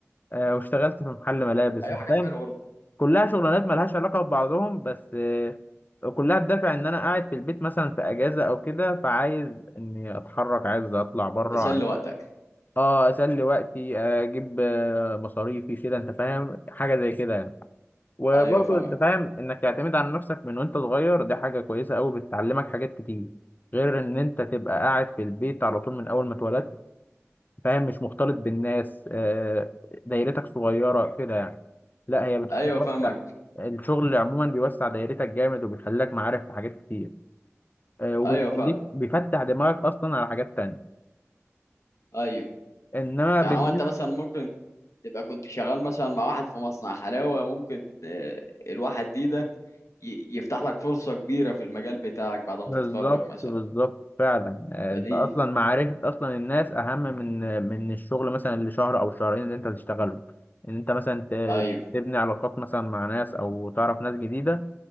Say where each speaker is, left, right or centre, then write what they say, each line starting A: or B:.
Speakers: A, on the left (about 40°); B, on the left (about 90°).
A: آه، واشتغلت في محل ملابس
B: ايوه
A: أنت
B: حاجات
A: فاهم
B: حلوة برضه
A: كلها شغلانات ملهاش علاقه ببعضهم بس آه، كلها بدافع ان انا قاعد في البيت مثلا في اجازه او كده فعايز اني اتحرك عايز اطلع بره
B: تسلي
A: عايز
B: وقتك
A: اه اسلي وقتي آه، اجيب آه، مصاريفي كده انت فاهم حاجه زي كده يعني. وبرضه
B: ايوه فاهمك
A: انت فاهم انك تعتمد على نفسك من وانت صغير دي حاجة كويسة قوي بتعلمك حاجات كتير غير ان انت تبقى قاعد في البيت على طول من اول ما اتولدت فاهم مش مختلط بالناس آه، دايرتك صغيرة كده يعني لا هي بت-
B: ايوه
A: بتوسع
B: فاهمك
A: الشغل عموما بيوسع دايرتك جامد وبيخليك معارف في حاجات كتير آه، وبيخليك
B: ايوه فعلا
A: بيفتح دماغك اصلا على حاجات تانية
B: ايوه
A: انما
B: يعني
A: بالنسبة
B: هو انت مثلا ممكن تبقى كنت شغال مثلا مع واحد في مصنع حلاوة ممكن آه، الواحد دي ده ي- يفتح لك فرصة كبيرة في المجال بتاعك بعد ما
A: بالظبط
B: تتخرج مثلا
A: بالظبط فعلا آه،
B: فدي
A: انت اصلا معرفة اصلا الناس اهم من من الشغل مثلا اللي شهر او شهرين اللي انت هتشتغلهم ان انت مثلا ت-
B: ايوه
A: تبني علاقات مثلا مع ناس او تعرف ناس جديدة